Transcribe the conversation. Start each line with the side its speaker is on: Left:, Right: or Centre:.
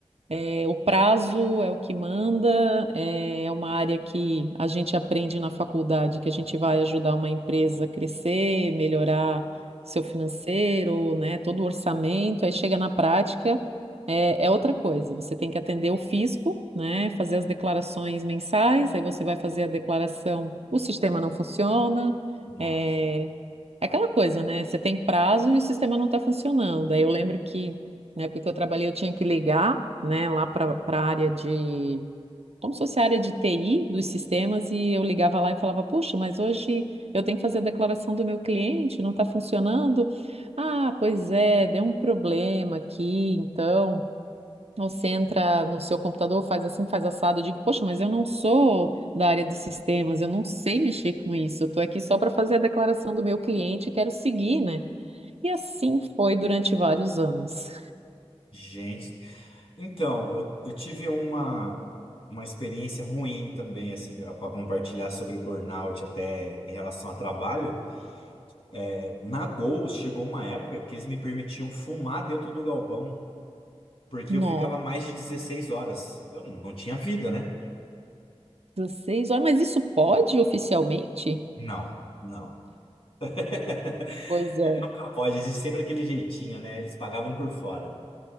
Right: é, o prazo é o que manda, é é uma área que a gente aprende na faculdade, que a gente vai ajudar uma empresa a crescer, melhorar seu financeiro, né, todo o orçamento, aí chega na prática, é, é outra coisa. Você tem que atender o fisco, né, fazer as declarações mensais, aí você vai fazer a declaração, o sistema não funciona,
Left: Nossa.
Right: é, é aquela coisa, né? Você tem prazo e o sistema não está funcionando. Aí eu lembro que na época que eu trabalhei, eu tinha que ligar, né, lá para a área de. Como se fosse a área de TI dos sistemas, e eu ligava lá e falava: Puxa, mas hoje eu tenho que fazer a declaração do meu cliente, não está funcionando. Ah, pois é, deu um problema aqui, então. Você entra no seu computador, faz assim, faz assado. Eu digo, poxa, mas eu não sou da área de sistemas, eu não sei mexer com isso. Eu estou aqui só para fazer a declaração do meu cliente e quero seguir, né? E assim foi durante vários anos.
Left: Gente, Então, eu, eu tive uma, uma experiência ruim também, assim, para compartilhar sobre burnout até em relação a trabalho. É, Na Gol, chegou uma época que eles me permitiam fumar dentro do galpão, porque
Right: Nossa,
Left: eu ficava mais de 16 horas. Eu não tinha vida, né?
Right: seis horas, mas isso pode oficialmente?
Left: Não, não. <laughs>
Right: Pois é.
Left: Nunca pode, existe sempre aquele jeitinho, né? Eles pagavam por fora.